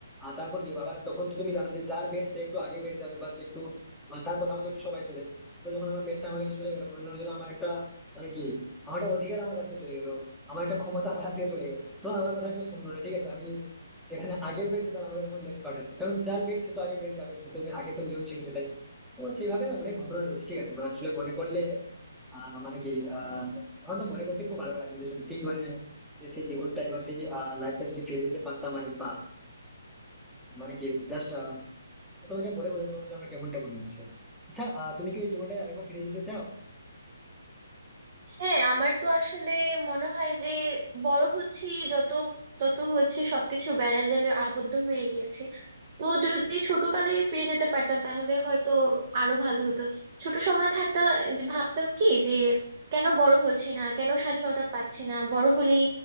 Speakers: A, in the centre; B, on the right.
A: আর তারপর কি বাবার তখন তো তুমি জানো যে যার ব্যাট সে একটু আগে ব্যাট যাবে বা সে একটু মানে তার কথা মতো একটু সবাই চলে তো যখন আমার ব্যাটটা আমার কাছে চলে গেলো মনে হলো যেন আমার একটা মানে কি আমার একটা অধিকার আমার কাছ থেকে চলে গেলো আমার একটা ক্ষমতা আমার হাত থেকে চলে গেলো তখন আমার কথা কেউ শুনলো না ঠিক আছে আমি যেখানে আগে বেড যেতাম আমাকে তখন লেট পাঠাচ্ছে কারণ যার বেড সে তো আগে বেড যাবে শুধু তুমি আগে তো নিয়ম ছিল সেটাই তো সেভাবে না অনেক ঘটনা রয়েছে ঠিক আছে মানে আসলে মনে করলে আহ মানে কি আহ আমার তো মনে করতে খুব ভালো লাগছে যে সত্যি মানে যে সেই জীবনটাই বা সেই লাইফটা যদি ফিরে যেতে পারতাম আর বা মানে কি জাস্ট তোমাকে বলে বোঝাতে পারবো যে আমার কেমনটা মনে হচ্ছে আচ্ছা আহ, তুমি কি ওই জীবনটায় আরেকবার ফিরে যেতে চাও
B: হ্যাঁ আমার তো আসলে মনে হয় যে বড় হচ্ছি যত তত হচ্ছে সবকিছু বেড়াজালে আবদ্ধ হয়ে গিয়েছে তো যদি ছোটকালে ফিরে যেতে পারতাম তাহলে হয়তো আরো ভালো হতো ছোট সময় থাকতে যে ভাবতাম কি যে কেন বড় হচ্ছি না কেন স্বাধীনতা পাচ্ছি না বড় হলেই